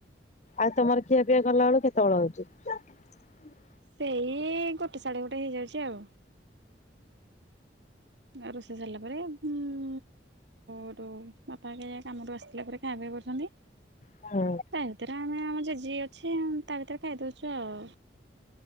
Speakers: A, on the left (about 40°); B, on the right (about 80°).
A: ଆଉ ତମର ଖିଆ ପିଆ ଗଲା ବେଳକୁ କେତେବେଳ ହୋଉଚି।
B: ସେଇ ଇ ଇ ଗୋଟେ ସାଢେ ଗୋଟେ ହେଇଯାଉଚି ଆଉ ଆଉ ରୋଷେଇ ସରିଲା ପରେ ହଁ ଉଁ ଉଁ <unintelligible> ବାପା <inaudible> କାମ ରୁ ଆସିଲା ପରେ ଖା ପିଆ କରୁଛନ୍ତି।
A: ହୁଁ
B: ତା ଭିତରେ ଆମେ ଆମ ଯେଝା ଯିଏ ଅଛି ତା କତିରେ ଖାଇଦଉଛୁ ଆଉ।